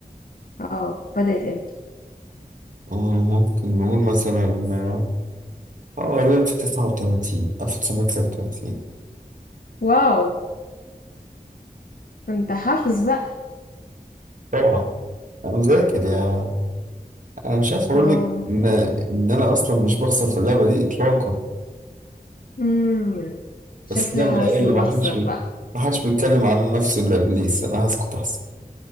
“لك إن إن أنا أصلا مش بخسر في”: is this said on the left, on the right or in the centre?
Right